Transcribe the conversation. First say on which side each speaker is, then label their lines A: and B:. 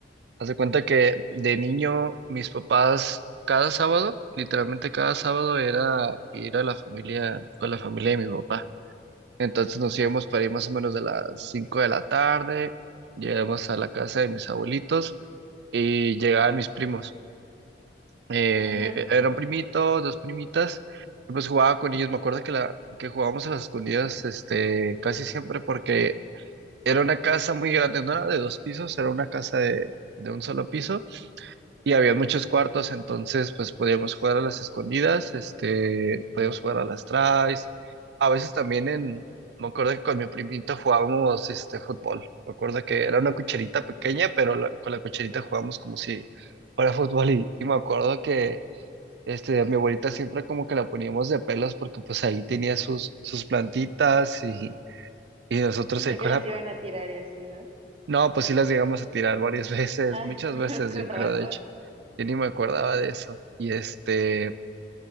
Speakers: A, on the right; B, on the right.
A: haz de cuenta que de niño, mis papás, cada sábado, literalmente cada sábado era ir a la familia, con la familia de mi papá. Entonces nos íbamos para ir más o menos de las 5 de la tarde, llegamos a la casa de mis abuelitos y llegaban mis primos. Eh,
B: Ajá,
A: e- era un primito, dos primitas, y pues jugaba con ellos. Me acuerdo que, la, que jugábamos a las escondidas este, casi siempre porque era una casa muy grande, no era de dos pisos, era una casa de, de un solo piso y había muchos cuartos, entonces pues podíamos jugar a las escondidas, este, podíamos jugar a las tries. A veces también en, me acuerdo que con mi primito jugábamos este fútbol. Me acuerdo que era una cucharita pequeña, pero la- con la cucharita jugábamos como si fuera fútbol y, y me acuerdo que este, a mi abuelita siempre como que la poníamos de pelos porque pues ahí tenía sus, sus plantitas y, y nosotros
B: Pensé
A: ahí con
B: que las
A: la
B: iban a tirar y así, ¿verdad?
A: no, pues sí las llegamos a tirar varias <laughs> veces,
B: Ay,
A: muchas
B: <laughs>
A: veces
B: pues con
A: yo creo,
B: razón.
A: de hecho. Yo ni me acordaba de eso. Y este,